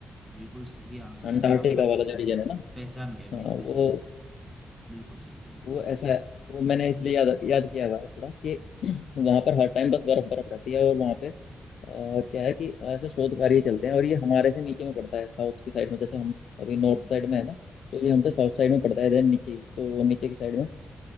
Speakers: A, on the right; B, on the left.
A: बिल्कुल सही आंसर
B: अंटार्कटिका
A: है सर आपका
B: वाला जो रीजन है ना
A: पहचान
B: हाँ,
A: गए बिल्कुल
B: वो
A: सर बिल्कुल सही बिल्कुल
B: वो
A: सही
B: ऐसा है वो मैंने इसलिए याद याद किया हुआ है थोड़ा कि वहाँ पर हर टाइम बस बर्फ बर्फ रहती है और वहाँ पे अ, क्या है कि ऐसे शोध कार्य चलते हैं और ये हमारे से नीचे में पड़ता है साउथ की साइड में जैसे हम अभी
A: हम्म
B: नॉर्थ साइड में है ना तो ये हमसे साउथ साइड में पड़ता है देन नीचे ही। तो वो नीचे की साइड में